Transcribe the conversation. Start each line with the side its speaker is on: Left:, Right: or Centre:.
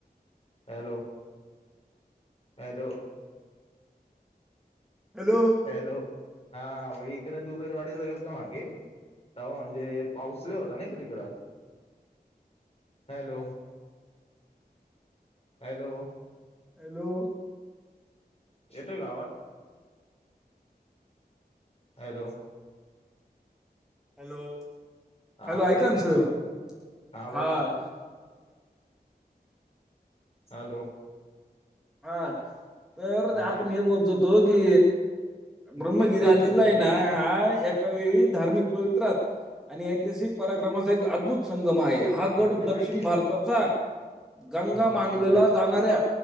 Left: हॅलो? हॅलो.
Centre: हॅलो.
Left: हॅलो. हा मग इकडे दुगरवाडीला गेलतो मागे. तवा म्हणजे पाऊस लई होत नाही का तिकडं. हॅलो. हॅलो.
Centre: हॅलो.
Left: येतोय का आवाज? हॅलो.
Centre: हॅलो.
Left: हा
Centre: हॅलो ऐका
Left: येतोय
Centre: ना
Left: का
Centre: सर.
Left: आवाज
Centre: हा.
Left: बोला ना <unintelligible>
Centre: हा. तर
Left: हा
Centre: आपण हे बोलतो होतो की, ब्रह्मगिरी
Left: तेच सांगत
Centre: हा किला
Left: होतो
Centre: आहे
Left: मी
Centre: ना हा एकावेळी धार्मिक पवित्रात आणि ऐतिहासिक पराक्रमाचा एक अद्भुत संगम आहे. हा गड
Left: ते माहिती
Centre: दक्षिण
Left: आहे
Centre: भारताचा
Left: ना हो
Centre: गंगा
Left: मोठा
Centre: मानलेला
Left: किल्ला आहे
Centre: जाणाऱ्या